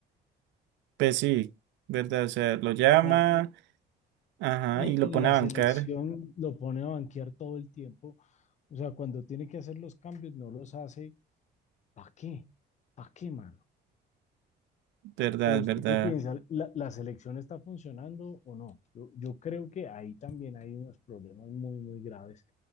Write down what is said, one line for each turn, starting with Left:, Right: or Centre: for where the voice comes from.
Right: pues sí, ¿verdad? O sea, lo llama,
Left: O en,
Right: ajá,
Left: en-
Right: y lo
Left: en
Right: pone
Left: la
Right: a
Left: selección
Right: bancar,
Left: lo pone a banquear todo el tiempo, o sea, cuando tiene que hacer los cambios, no los hace, ¿para qué? ¿Para qué, man?
Right: ¿verdad?
Left: ¿O usted
Right: ¿Verdad?
Left: qué piensa? ¿La, la selección está funcionando o no? Yo, yo creo que ahí también hay unos problemas muy, muy graves.